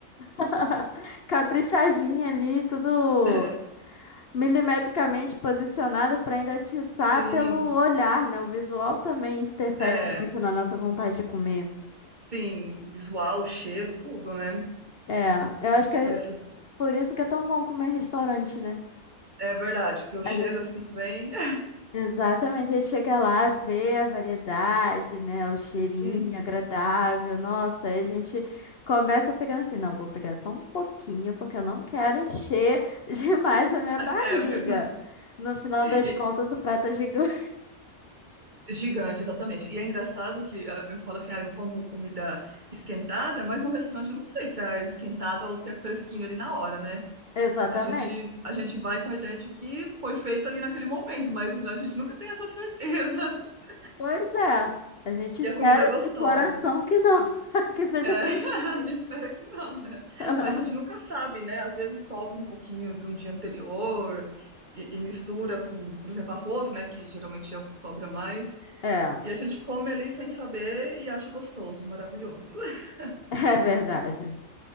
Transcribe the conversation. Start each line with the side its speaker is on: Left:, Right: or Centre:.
Left: <laughs> Caprichadinha ali, tudo.
Right: É,
Left: milimetricamente posicionada para ainda atiçar
Right: sim,
Left: pelo olhar, né? O visual também interfere
Right: é,
Left: muito na nossa vontade de comer.
Right: sim. O visual, o cheiro, tudo, né?
Left: É, eu acho que é
Right: Mas
Left: por isso que é tão bom comer em restaurante, né?
Right: é verdade, porque o
Left: A
Right: cheiro
Left: gente,
Right: assim vem. <laughs>
Left: exatamente, a gente chega lá, vê a variedade, né? O cheirinho
Right: Uhum,
Left: agradável, nossa, aí a gente começa pegando assim, não, vou pegar só um pouquinho, porque eu não quero encher <laughs> demais a minha barriga.
Right: é verdade.
Left: No final das
Right: E-
Left: contas, o prato é gigante.
Right: gigante, exatamente. E é engraçado que ah, eu falo assim, ah, eu não como comida esquentada, mas no restaurante eu não sei se é esquentada ou se é fresquinho ali na hora, né?
Left: <laughs> Exatamente.
Right: A gente, a gente vai com a ideia de que foi feito ali naquele momento, mas a gente nunca tem essa certeza. <laughs>
Left: Pois é, a gente espera
Right: E a comida é gostosa.
Left: de coração que não, <laughs> que seja
Right: É, <laughs>
Left: fresquinha.
Right: a gente espera que não, né?
Left: <laughs>
Right: Mas a gente nunca sabe, né? Às vezes sobra um pouquinho de um dia anterior e, e mistura com, por exemplo, arroz, né? Que geralmente é o que sobra mais.
Left: É,
Right: E a gente come ali sem saber e acha gostoso, maravilhoso. <laughs>
Left: é verdade.